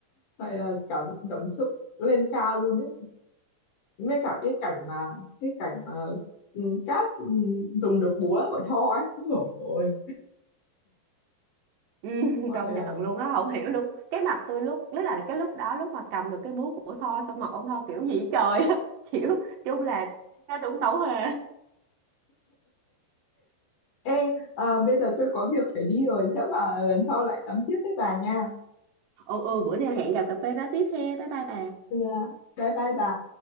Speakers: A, on the left; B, on the right.
A: vậy là cảm cảm xúc lên cao luôn ấy với cả cái cảnh mà cái cảnh mà ừ, cát ừ, dùng được búa của Thor ấy rồi
B: Ừ, <laughs>
A: gọi
B: công
A: là
B: nhận luôn á không hiểu luôn cái mặt tôi lúc tức là cái lúc đó lúc mà cầm được cái búa của Thor xong mặt ông Thor kiểu gì trời á <laughs> kiểu chung là nó đúng tấu hề
A: ê à, bây giờ tôi có việc phải đi rồi chắc là lần sau lại tắm tiếp với bà nha
B: Ồ ồ bữa nào hẹn gặp cà phê nói tiếp he. Bye bye bà.
A: ừ, à, bye bye bà